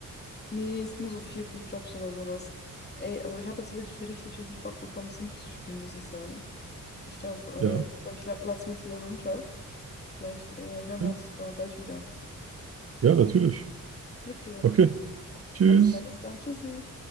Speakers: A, on the left; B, on the right.
A: Nee, ist nur so vier, fünf Jobs oder sowas. Ey, also, ich habe jetzt wirklich richtig, richtig Bock bekommen, Sims zu spielen, muss ich sagen. Ich glaube,
B: Ja,
A: äh, ich glaube, ich la lade es mir jetzt wieder runter. Vielleicht äh, hören
B: okay.
A: wir uns mal bald wieder.
B: Ja, natürlich.
A: Okay,
B: Okay, tschüss.
A: alles klar, bis dann. Tschüssi.